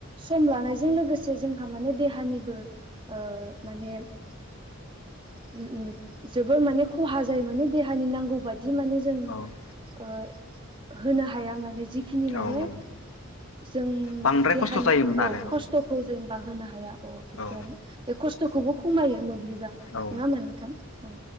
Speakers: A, on the right; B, on the left.
A: सम लानायजों लोगो से जोंहा माने देहानिबो ओ माने उम उम जोबोर माने खहा जायो माने देहानि नांगौ बादि माने जों
B: औ
A: ओ होनो हाया माने जिखिनि
B: औ
A: माने
B: औ औ
A: जों
B: बांद्राय
A: देहानिफ्राय
B: खस्थ' जायोमोन
A: औ
B: आरो
A: खस्थ बा होनो हाया। अ बिदि
B: औ
A: आरो बे खस्थ'खौबो खमायो मोब्लिब बा
B: औ
A: नङा होमबा नोंथां औ